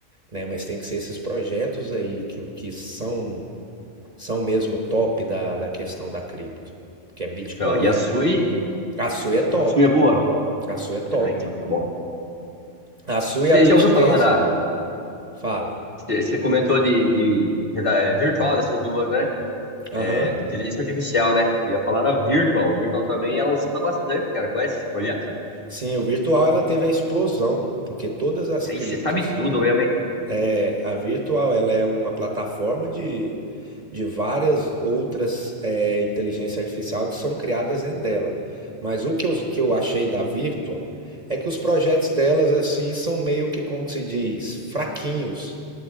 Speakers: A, on the right; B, on the left.
A: né? Mas tem que ser esses projetos aí que, que são são mesmo top da, da questão da cripto, que é Bitcoin,
B: Então, e a
A: é-
B: Sui?
A: a sua é top,
B: A Sui é boa?
A: a sua é top.
B: Ah, então tá bom.
A: A sua
B: Você
A: e a BitTenso,
B: já ouviu falar da.
A: fala.
B: Você comentou de, de, da- é, virtual nessas duas, né? É,
A: Aham.
B: inteligência artificial, né? Eu ia falar da virtual. Virtual também ela oscila bastante, cara. Conhece esse projeto?
A: Sim, o virtual ela teve a explosão, porque todas as
B: E
A: criptos,
B: aí você sabe tudo mesmo, hein?
A: é, a virtual ela é uma plataforma de, de várias outras é, inteligência artificial que são criadas dentro dela. Mas o que eu, que eu achei da virtual é que os projetos delas assim são meio que, como que se diz, fraquinhos.